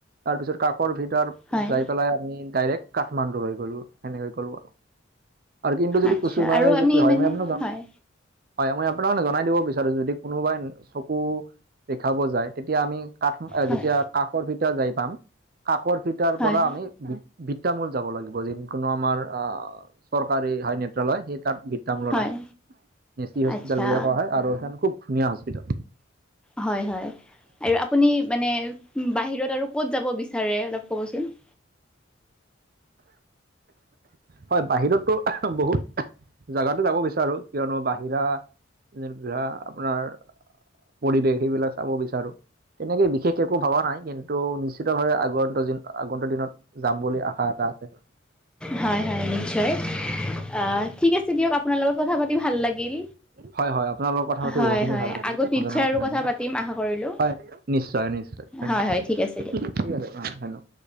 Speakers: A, on the right; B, in the centre.
A: তাৰ পিছত কাকৰ ভিতাৰ
B: হয়
A: যাই পেলাই আমি ডাইৰেক্ট কাঠমাণ্ডু হৈ গ'লো সেনেকৈ গ'লো আৰু আৰু কিন্তু যদি
B: আচ্ছা
A: কিছুমানে
B: আৰু আমি
A: যদি হয়
B: মানে
A: মই আপনাক
B: হয়
A: হয় মই আপোনাকে জনাই দিব বিচাৰো যদি কোনোবাই চকু দেখাব যায় তেতিয়া আমি কাঠ
B: হয়
A: যেতিয়া কাকৰ ফিতা যাই পাম কাকৰ ফিটাৰ
B: হয়
A: পৰা আমি বিত্তামূল যাব লাগিব যিকোনো আমাৰ আহ চৰকাৰী হয় নেত্ৰালয় সেই তাত মূলত
B: হয়
A: আছে এচি হস্পিতেল
B: আচ্ছা
A: বুলিয়ে কোৱা হয় আৰু সেইখন খুব ধুনীয়া হস্পিতেল
B: হয় হয় আৰু আপুনি মানে বাহিৰত আৰু কত যাব বিচাৰে অলপ কবচোন <inaudible>
A: হয় বাহিৰতো বহুত জাগাতে যাব বিচাৰো কিয়নো বাহিৰা <unintelligible> আপোনাৰ পৰিৱেশ সেইবিলাক চাব বিচাৰো তেনেকেই বিশেষ একো ভবা নাই কিন্তু নিশ্চিতভাৱে আগন্ত দিন আগন্ত দিনত যাম বুলি আশা এটা আছে আৰু
B: হয় হয় নিশ্চয় আহ ঠিক আছে দিয়ক আপোনাৰ লগত কথা পাতি ভাল লাগিল
A: হয় হয় আপোনাৰ লগত কথা পাতি
B: হয়
A: বহুখিনি
B: হয়
A: ভাল লাগিল
B: আগত
A: নজনা
B: নিশ্চয়
A: কথা
B: আৰু
A: জানিলো
B: পাতিম আশা কৰিলোঁ
A: নিশ্চয় নিশ্চয় ধন্যবাদ
B: হয় হয় ঠিক আছে দিয়ক
A: ঠিক আছে অ ধন্যবাদ